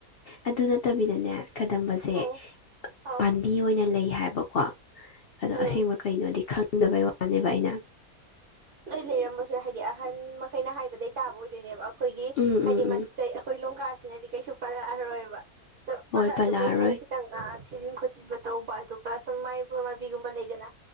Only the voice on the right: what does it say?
ꯎꯝ ꯑꯧ
ꯎꯝ
ꯅꯣꯏ ꯂꯩꯔꯝꯕꯁꯦ ꯍꯥꯏꯗꯤ ꯑꯍꯟ ꯃꯈꯩꯅ ꯍꯥꯏꯕꯗꯩ ꯇꯥꯕ ꯑꯣꯏꯗꯣꯏꯅꯦꯕ ꯑꯩꯈꯣꯏꯒꯤ
ꯍꯥꯏꯗꯤ
ꯃꯆꯩ
ꯑꯩꯈꯣꯏ ꯂꯣꯡꯀꯥꯁꯤꯅꯗꯤ ꯀꯩꯁꯨ ꯄꯜꯂꯛꯑꯔꯣꯏꯕ
ꯄꯜꯂꯛꯑꯁꯨ
ꯀꯩ ꯍꯥꯏꯅꯤ ꯈꯤꯇꯪ ꯊꯤꯖꯤꯟ ꯈꯣꯠꯆꯤꯟꯕ ꯇꯧꯕ ꯑꯗꯨꯒ ꯁꯨꯝ ꯃꯥꯏꯕ ꯃꯥꯏꯕꯤꯒꯨꯝꯕ ꯂꯩꯗꯅ